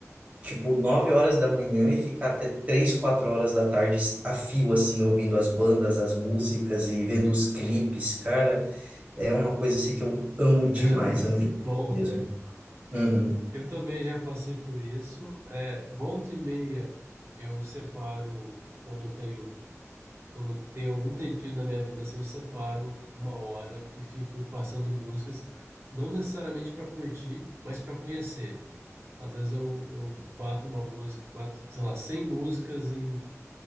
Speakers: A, on the right; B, on the right.
A: tipo, 9 horas da manhã e ficar até 3 4 horas da tarde a fio, assim, ouvindo as bandas, as músicas e vendo os clipes, cara, é uma coisa, assim, que eu amo
B: <laughs>
A: demais,
B: Era muito
A: amo demais
B: bom,
A: mesmo.
B: né?
A: Uhum.
B: Eu também já passei por isso. É, volta e meia eu separo quando eu tenho Quando tem algum tempinho da minha vida, assim, eu separo uma hora e fico passando músicas, não necessariamente para curtir, mas para conhecer. Às vezes eu, eu bato uma música, bato, sei lá, 100 músicas em,